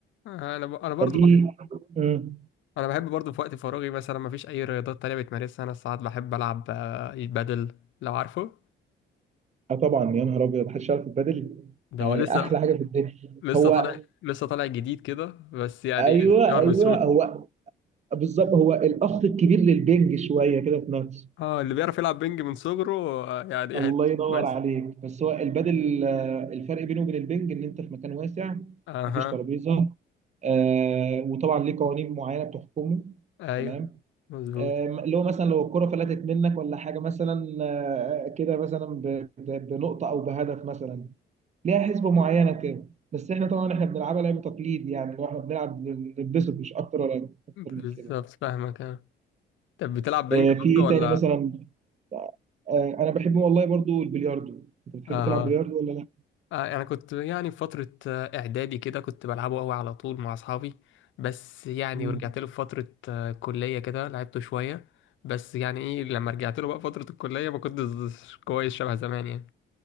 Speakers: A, on the left; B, on the right.
A: انا ب... انا برضو
B: فدي
A: بح...
B: مم.
A: انا بحب برضو في وقت فراغي مثلا ما فيش اي رياضات تانية بتمارسها انا ساعات بحب العب آه، البادل لو عارفه
B: اه طبعا يا نهار ابيض محدش يعرف البدل
A: ده
B: يعني
A: هو لسه
B: احلى حاجه في الدنيا
A: لسه
B: هو
A: طالع لسه طالع جديد كده بس يعني
B: ايوه
A: ايه شهر
B: ايوه
A: بسهولة
B: هو بالظبط هو الاخ الكبير للبنج شويه كده في نفسه
A: اه اللي بيعرف يلعب بينج من صغره آه، يعني ايه
B: الله
A: هيدوس
B: ينور
A: كويس
B: عليك بس هو البادل آه، الفرق بينه وبين البنج ان انت في مكان واسع
A: اها
B: مفيش ترابيزه آه وطبعا ليه قوانين معينه بتحكمه
A: ايوه
B: تمام
A: مظبوط
B: آه اللي هو مثلا لو الكره فلتت منك ولا حاجه مثلا آه كده مثلا ب- ب- بنقطه او بهدف مثلا ليها حسبه معينه كده بس احنا طبعا احنا بنلعبها لعب تقليد يعني لو احنا بنلعب نتبسط مش اكتر ولا اكتر من
A: بالظبط
B: كده
A: فاهمك اه طب بتلعب بينج
B: آه
A: برضو
B: في ايه
A: ولا
B: تاني مثلا آه آه، انا بحب والله برضو البلياردو انت بتحب
A: اها
B: تلعب بلياردو ولا لا؟
A: آه، انا كنت يعني في فتره آه، اعدادي كده كنت بلعبه قوي على طول مع اصحابي بس يعني
B: مم.
A: ورجعت له في فتره آه، كليه كده لعبته شويه بس يعني ايه لما رجعت له بقى فتره الكليه ما كنتش كويس شبه زمان يعني